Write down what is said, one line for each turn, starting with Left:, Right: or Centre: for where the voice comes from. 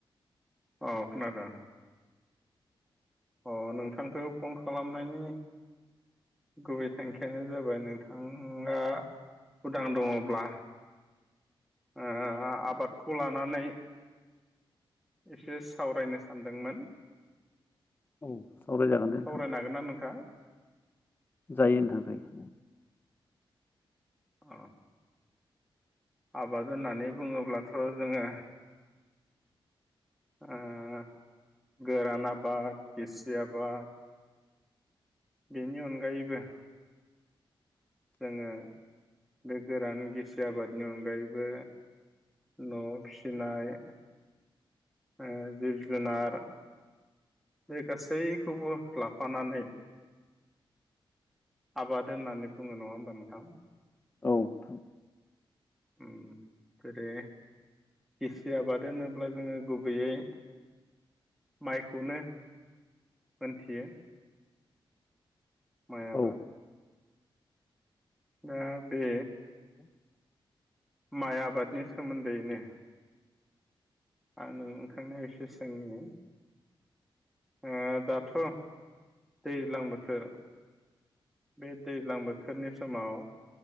Centre: अ खोनादो। अ नोंथांखौ फन खालामनायनि गुबै थांखियानो जाबा बाय नोंथाङा उदां दङ'ब्ला ओ आबादखौ लानानै एसे सावरायनो सानदोंमोन।
Left: औ सावरायजागोन दे नोंथां
Centre: सावरायनो हागोन ना नोंथां?
Left: जायो नोंथां जायो।
Centre: अ आबाद होननानै बुङोब्लाथ' जोङो ओ गोरान आबाद, गिसि आबाद बेनि अनगायैबो जोङो बे गोरान गिसि आबादनि अनगायैबो न'आव फिसिनाय ओ जिब जुनार बे गासैखौबो लाफानानै आबाद होननानै बुङो। नङा होमबा नोंथां?
Left: औ थां।
Centre: उम फेरे गिसि आबाद होनोब्ला जोङो गुबैयै माइखौनो मोनथियो। माइ आबाद।
Left: औ
Centre: दा बे
Left: <inaudible>
Centre: माइ आबादनि सोमोन्दोयैनो आं नोंथांनो एसे सोंनि ओ दाथ' दैज्लां बोथोर बे दैज्लां बोथोरनि समाव